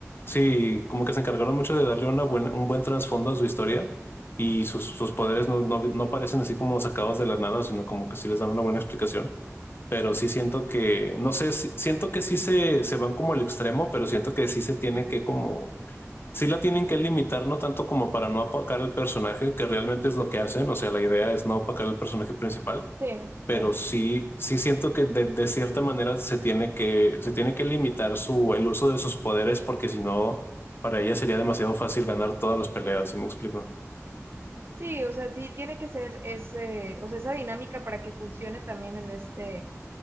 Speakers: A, on the left; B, on the right.
A: sí, como que se encargaron mucho de darle una buena, un buen trasfondo a su historia y sus, sus poderes no, no, no parecen así como sacados de la nada, sino como que sí les dan una buena explicación, pero sí siento que, no sé, sí- siento que sí se, se van como al extremo, pero siento que sí se tiene que como sí la tienen que limitar, no tanto como para no apacar el personaje, que realmente es lo que hacen, o sea, la idea es no apacar el personaje principal,
B: Sí, sí.
A: pero sí, sí siento que de, de cierta manera se tiene que, se tiene que limitar su, el uso de sus poderes, porque si no, para ella sería demasiado fácil ganar todas las peleas, ¿sí me explico?
B: Sí, o sea, sí tiene que ser ese, o sea, esa dinámica para que funcione también en este,